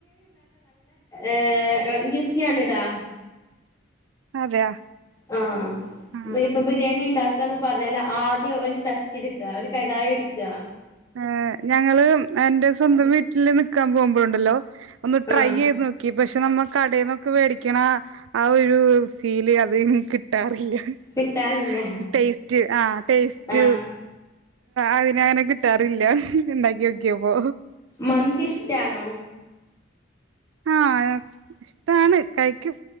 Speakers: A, on the left; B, on the right.
A: ഏഹ് ന്യുസിയാണ് ടാ
B: അതെയാ
A: ആഹ്
B: ആഹ്
A: ബീഫ് ബിരിയാണി ഇണ്ടാ ക്കാന്ന് പറഞ്ഞാല് ആദ്യം ഒരു ചട്ടി ഇട്ക്കാ ഒരു കടായി ഇട്ക്കാ
B: ഏഹ് ഞങ്ങള് എന്റെ സ്വന്തം വി ട്ടില് നിക്കാൻ പോവുമ്പഴുണ്ടല്ലോ ഒന്ന് ട്രൈയെയ്ത്
A: ആഹ്
B: നോക്കി പശ് <unintelligible> നമ്മ കടേന്നൊക്കെ വേടിക്ക്ണ ആ ഒരു ഫീല് അത് കിട്ടാറില്ല <unintelligible>
A: കിട്ടാറില്ല
B: ടേസ്റ്റ് ആ ടേസ്റ്റ്
A: ആഹ്
B: അതിനാന കട്ടാറില്ല ഉണ്ടാക്കി ഒോക്കിയ പോ
A: മന്തി ഷ്ടാണോ
B: ആഹ് ഇഷ്ടാണ് കഴിക്കും